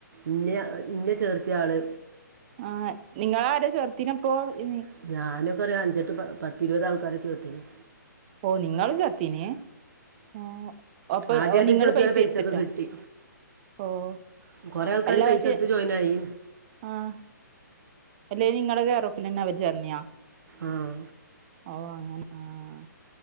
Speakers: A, on the right; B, on the right.
A: ഇന്നിയ ഇന്ന ചേർത്തി ആള്.
B: ആ നിങ്ങൾ ആരെ ചെർത്തിന് അപ്പോ ഇമ്മി
A: ഞാനൊക്കെ അറിയാം അഞ്ചെട്ട് പത്തിരുപത് ആൾക്കാരെ ചേർത്തിനി.
B: ഓഹ് നിങ്ങളു ചർത്തീനിയെ ആഹ് അപ്പൊ
A: ആദ്യം
B: ഓഹ്
A: ആദ്യം
B: നിങ്ങൾ
A: ചേർത്തവരെ
B: പൈസ എടുത്തിട്ടാ.
A: ഒക്കെ കിട്ടി
B: ഓഹ്
A: കുറേ ആൾക്കാർ
B: അല്ല
A: പൈസ
B: പക്ഷേ
A: എടുത്ത് ജോയിൻ ആയി
B: ആഹ് അല്ലെ നിങ്ങള കെറോഫിൽ തന്നെ അവര് ചേർന്നിയാ
A: ആഹ്
B: ഓഹ് അങ്ങനെ ആഹ്